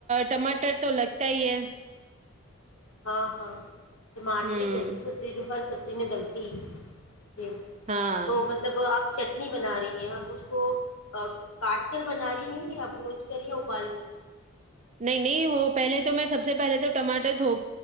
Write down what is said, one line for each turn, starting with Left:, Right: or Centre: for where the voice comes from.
Right: ٹماٹر تو لگتا ہی ہے
Left: ہاں ہاں ٹاٹر
Right: ہ
Left: ایک ایسی سبزی جو ہر سبزی میں دلتی جی
Right: ہاں
Left: تو مطلب آپ چٹنی بنا رہی ہیں آپ اس کو کاٹ کر بنا رہی ہیں یا بھونول کر یا ابال کر
Right: نہیں نہیں وہ پہلے تو میں سب سے پہلے تو ٹماٹر دو